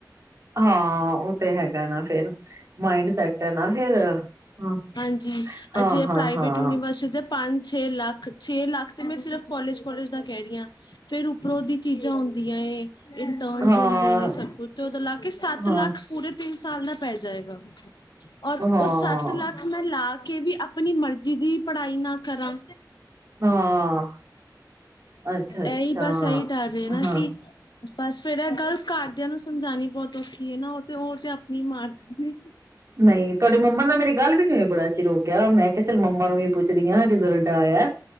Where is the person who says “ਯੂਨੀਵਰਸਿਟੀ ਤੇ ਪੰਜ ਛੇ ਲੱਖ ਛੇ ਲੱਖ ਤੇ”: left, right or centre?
Left